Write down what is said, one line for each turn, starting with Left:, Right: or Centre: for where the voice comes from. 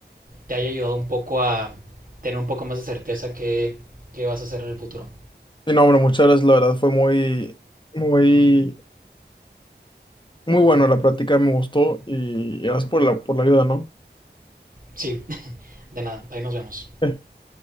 Right: te haya ayudado un poco a tener un poco más de certeza qué qué vas a hacer en el futuro.
Left: Y no, hombre, muchas gracias, la verdad fue muy, muy, muy bueno la práctica, me gustó y gracias por la, por la ayuda, ¿no?
Right: Sí, de nada, ahí nos vemos.
Left: <laughs>